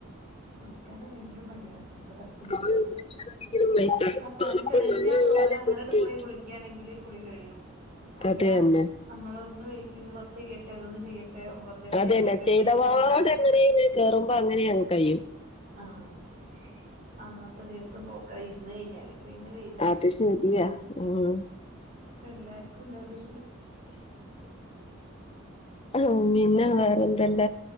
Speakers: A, on the right; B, on the left.
A: കുളിക്കാൻ അല്ലെങ്കിലും മടിയാണ് ഇപ്പ തണുപ്പ് ഇല്ലങ്കിലും
B: കുളിക്കാനാണെങ്കിലും വൈ ത-
A: ആ പണി
B: തണുപ്പ്
A: കഴിഞ്ഞ
B: മഴയായാലേ
A: ഫ്ലോല് അങ്ങനണ്ട്
B: പ്രത്യേകിച്ച്
A: പോയി കുളിക്കാണെങ്കിൽ കുളി കഴിയും അല്ല
B: അത് തന്നെ
A: നമ്മള ഒന്ന് വെയിറ്റ് ചെയ്ത് കുറച്ച് കയ്യട്ടെ ഇതൊന്ന് ചെയ്യട്ടെ കൊറച്ചേരം ഒന്ന്
B: അതെന്നെ
A: ഇരിക്കട്ടെന്ന്
B: ചെയ്തപാട്
A: വിചാരിച്ചിരുന്ന
B: അങ്ങനെയ കേറുമ്പോ അങ്ങന അങ്ങനെ അങ്ങ് കഴിയും
A: ആഹ് അന്നത്തെ ദിവസം പോക്ക ഇര്ന്ന് കഴിഞ്ഞാല് പിന്നെ വൈകും
B: അത് ശരിയാ ഉം.
A: എല്ലാർക്കും ഇണ്ടാ പ്രശ്നം
B: ആ പിന്ന വേറെ അതല്ല